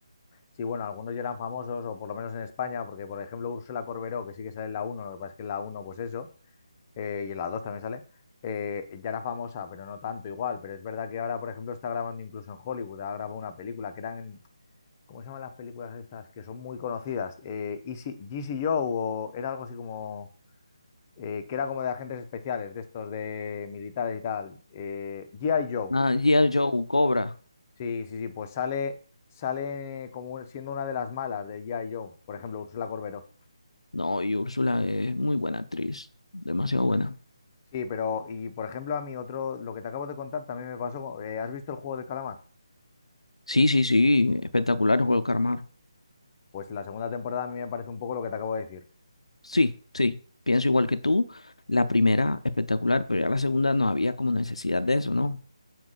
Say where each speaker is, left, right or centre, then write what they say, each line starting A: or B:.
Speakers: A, on the left; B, on the left.
A: Sí, bueno, algunos ya eran famosos, o por lo menos en España, porque por ejemplo Úrsula Corberó, que sí que sale en la uno, lo que pasa es que en la uno, pues eso, eh, y en la 2 también sale, eh, ya era famosa, pero no tanto igual. Pero es verdad que ahora, por ejemplo, está grabando incluso en Hollywood, ha grabado una película que eran, en- ¿cómo se llaman las películas estas? Que son muy conocidas, eh, Easy- Easy Joe, o era algo así como, eh, que era como de agentes especiales, de estos de militares y tal, eh, G.I. Joe,
B: Ah, G.I. Joe, Cobra.
A: Sí, sí, sí, pues sale, sale como siendo una de las malas de G.I. Joe, por ejemplo, Úrsula Corberó.
B: No, y Úrsula es muy buena actriz, demasiado buena.
A: Sí, pero, y por ejemplo, a mí otro, lo que te acabo de contar también me pasó, con- eh, ¿has visto el juego del calamar?
B: Sí, sí, sí, espectacular el Juego de Calamar.
A: Pues la segunda temporada a mí me parece un poco lo que te acabo de decir.
B: Sí, sí, pienso igual que tú. La primera espectacular, pero ya la segunda no había como necesidad de eso, ¿no?